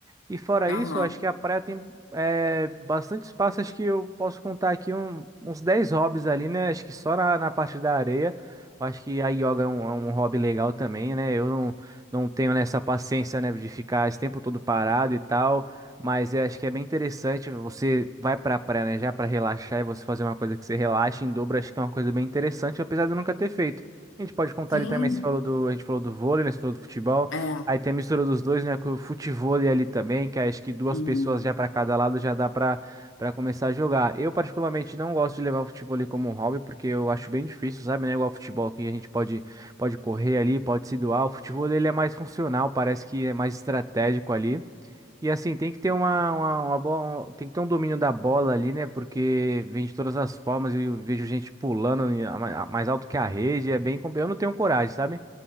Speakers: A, on the right; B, on the left.
A: E fora
B: Aham.
A: isso, eu acho que a praia tem é, bastante espaço. Acho que eu posso contar aqui um- uns 10 hobbies ali, né? Acho que só na, na parte da areia. Eu acho que a yoga é um, é um hobby legal também, né? Eu não, não tenho nessa paciência, né, de ficar esse tempo todo parado e tal. Mas eu acho que é bem interessante. Você vai pra praia, né, já pra relaxar e você fazer uma coisa que você relaxa em dobro. Acho que é uma coisa bem interessante, apesar de eu nunca ter feito. A gente pode contar
B: Sim,
A: ali também, você falou do, a gente falou do vôlei, né? Você falou do futebol.
B: é.
A: Aí tem a mistura dos dois, né? Com o futevôlei ali também, que acho que duas
B: Uhum.
A: pessoas já para cada lado já dá para para começar a jogar. Eu, particularmente, não gosto de levar o futevôlei como um hobby, porque eu acho bem difícil, sabe? Não é igual ao futebol que a gente pode, pode correr ali, pode se doar. O futevôlei ele é mais funcional, parece que é mais estratégico ali. E assim, tem que ter uma, uma, uma boa, um- tem que ter um domínio da bola ali, né? Porque vem de todas as formas, eu vejo gente pulando em- a- mais alto que a rede, é bem, compli- eu não tenho coragem, sabe?